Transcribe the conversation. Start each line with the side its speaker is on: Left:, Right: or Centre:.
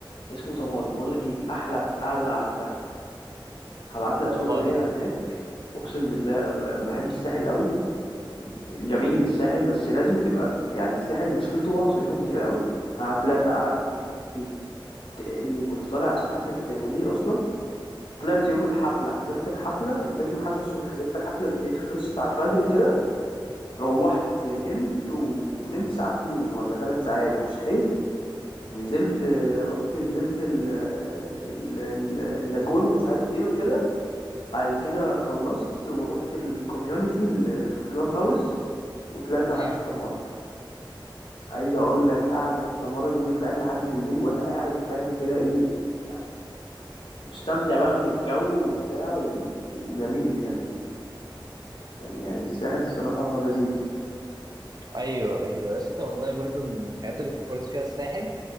Left: اسمه تمارا بقول لك ايه احلى قعدة قعدتها هبعت لك
Right: والله
Left: صورة ليا هناك اقسم بالله بحب الساحل قوي جميل الساحل بس لازم تبقى في يعني الساحل مشكلته هو مصاريفه كتير قوي هتلاقي قعدت ت- ت- إيه، كنت طالع عشان حفلة منير اصلا طلعت يوم الحفلة حضرت الحفلة يعني طلعت يوم الحفلة الصبح حضرت الحفلة بالليل خلصت على الفجر كده روحت نمت ونمت ساعتين ولا ثلاث ساعات وصحيت نزلت رحت نزلت ال- ال- ال- اللاجون ومش عارف ايه وكده بعد كده خلصت ورحت الكوميونتي اللي في كلاب هاوس وطلعت
Right: امم
Left: قعدت في تمارا عايز اقول لك قعدة تمارا دي فضلت قاعد لحد بالليل وانا قاعد فاهم كده ايه يعني مستمتع بقى من الجو وبتاع و- وجميل كان كان يعني الساحل الصراحة هو لذيذ
Right: ايوه ايوه يا اسطى والله برضو من الحاجات اللي فكرت فيها الساحل